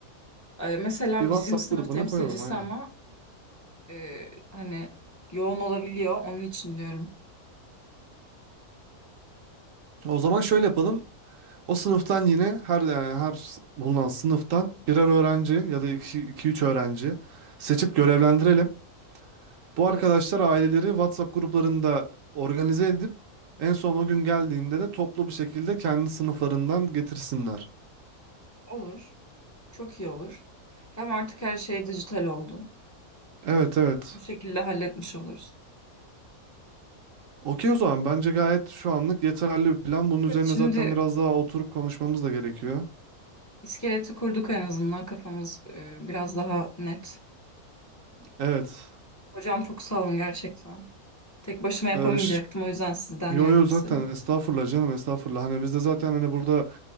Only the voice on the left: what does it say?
e, mesela
bizim sınıf
temsilcisi
ama e, hani yoğun olabiliyor. Onun için diyorum.
Olur.
Olur. Çok iyi olur. Hem artık her şey dijital oldu.
Bu şekilde halletmiş oluruz.
Evet, şimdi
iskeleti kurduk en azından. Kafamız e, biraz daha net.
Hocam çok sağ olun gerçekten. Tek başıma yapamayacaktım.
O yüzden sizden
yardım
istedim.